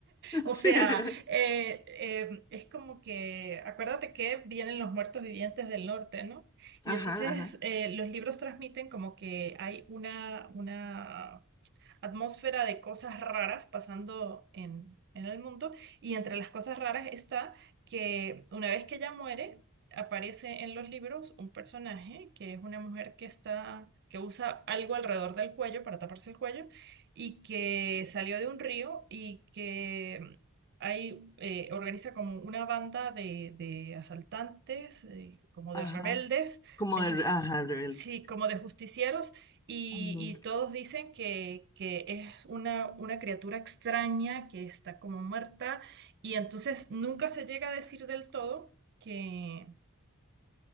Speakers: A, on the left; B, on the right.
A: <laughs>
B: O
A: Sí.
B: sea, eh, eh, es como que, acuérdate que vienen los muertos vivientes del norte, ¿no? Y
A: Ajá,
B: entonces
A: ajá,
B: eh, los libros transmiten como que hay una, una atmósfera de cosas raras pasando en, en el mundo. Y entre las cosas raras está que una vez que ella muere, aparece en los libros un personaje que es una mujer que está, que usa algo alrededor del cuello para taparse el cuello y que salió de un río y que ahí eh, organiza como una banda de, de asaltantes, eh, como
A: ajá.
B: de rebeldes,
A: Como
B: de
A: de,
B: jus-
A: re- ajá, Rebeldes.
B: sí, como de justicieros y,
A: Ujú.
B: y todos dicen que, que es una, una criatura extraña que está como muerta y entonces nunca se llega a decir del todo que,